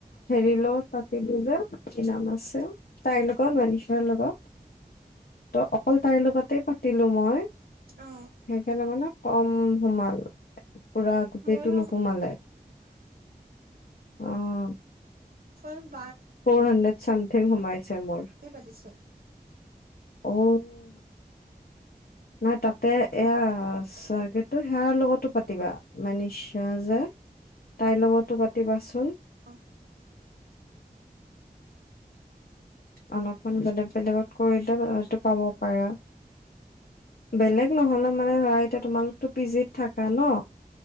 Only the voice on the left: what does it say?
হেৰি লগত পাতিলো যে কি নাম আছে তাইৰ লগত মানিচাৰ লগত ত অকল তাইৰ লগতে পাতিলো মই <unintelligible>
সেইকাৰণে মানে কম সোমাল <unintelligible> পুৰা গোটেইটো
নোসুমালে <unintelligible> আহ <inaudible>
ফ'ৰ হণ্ড্ৰেড চামথিংমাই <unintelligible> মোৰ
আহ <unintelligible> নান তাতে <unintelligible> এয়া কিু সেয়াৰ লগতো পাতিবা মান নি স যে তাইৰ লগতো পাতিবাচোন <unintelligible>
অলপমান বেলেগ বেলেগত কৰিলে হয়তটো পাব পাৰা <unintelligible> বেলেগ নহ'লে
মানে ৰাই <unintelligible> এতিয়াোমালোক <unintelligible> তটো পিজিত থাককা ন